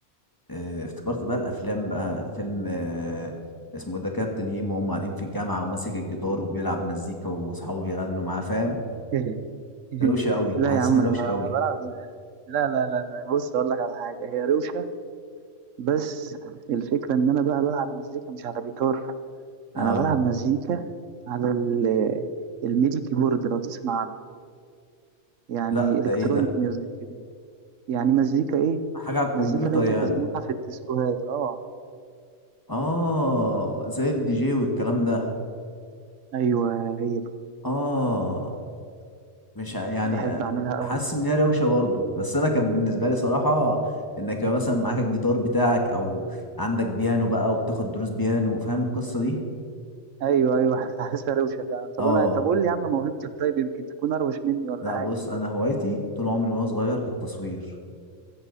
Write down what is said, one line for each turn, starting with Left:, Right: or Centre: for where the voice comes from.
Left: آه، افتكرت بقى الافلام بقى فيلم آه، اسمه ده كابتن هيما وهم قاعدين في الجامعة وماسك الجيتار وبيلعب مزيكا واصحابه بيغنوا معاه فاهم
Right: <laughs>
Left: روشة اوي
Right: لا
Left: حاسسها
Right: يا عم
Left: روشة
Right: انا ب-
Left: اوي
Right: بلعب لا لا لا لا بص اقول لك على حاجه هي روشه بس الفكره ان انا بقى بلعب مزيكا مش على جيتار
Left: اه
Right: انا بلعب مزيكا على ال- الميدي كيبورد لو تسمع عنه يعني
Left: لا
Right: الكترونيك
Left: ده ايه ده
Right: ميوزك كده يعني مزيكا ايه
Left: حاجة على الكمبيوتر
Right: مزيكا اللي انت
Left: يعني
Right: بتسمعها في الديسكوهات اه
Left: اه زي الدي جي والكلام ده
Right: ايوه هي دي
Left: اه مش ع- يعني
Right: بحب اعملها قوي
Left: حاسس ان هي روشه برضه بس انا كان بالنسبه لي صراحه انك يبقى مثلا معاك الجيتار بتاعك او عندك بيانو بقى وبتاخد دروس بيانو فاهم القصه دي
Right: ايوه ايوه <laughs> حاسسها روشه فعلا
Left: اه
Right: طب انا طب قول لي يا عم موهبتك طيب يمكن تكون اروش مني ولا
Left: لا
Right: حاجه
Left: بص انا هوايتي طول عمري من وانا صغير التصوير